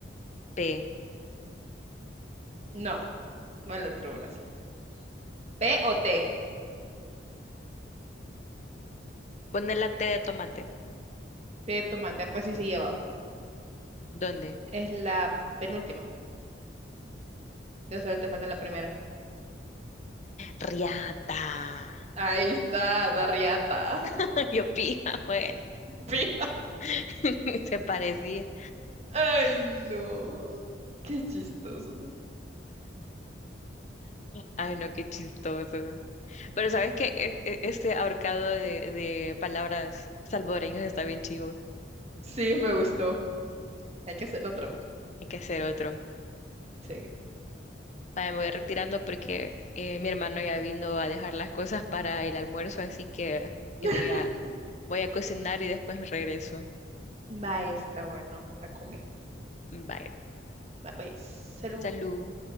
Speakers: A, on the left; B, on the right.
A: P.
B: No, no el otro bracito. ¿P o T?
A: Pone la T de tomate.
B: Té de tomate, ah, pues sí se lleva.
A: ¿Dónde?
B: Es la penúltima. De solo te falta la primera.
A: Riata.
B: Ahí está, Darriata.
A: <laughs> Yo pija, bueno.
B: <laughs> Pi-
A: <laughs> Se parecía.
B: Ay, no. Qué chistoso.
A: Ay, no, qué chistoso. Pero sabes que e- e- este ahorcado de, de palabras salvadoreñas está bien chivo.
B: Sí, me gustó. Hay que hacerlo otra vez.
A: Hay que hacer otro.
B: Sí.
A: Vaya, me voy retirando porque eh, mi hermano ya vino a dejar las cosas para el almuerzo, así que
B: <laughs>
A: eh, voy a, voy a cocinar y después me regreso.
B: Va, está bueno. La come.
A: Bye.
B: Va, pues. Salud.
A: Salud.